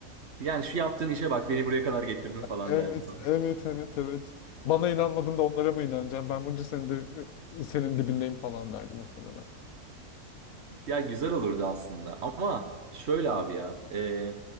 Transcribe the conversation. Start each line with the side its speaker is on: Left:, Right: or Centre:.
Right: Yani şu yaptığın işe bak beni buraya kadar getirdin falan
Left: Evet,
Right: derdim.
Left: evet, evet, evet. Bana inanmadın da onlara mı inanacağım? Ben bunca senedir e, senin dibindeyim falan derdi muhtemelen.
Right: Ya güzel olurdu aslında ama şöyle abi ya e,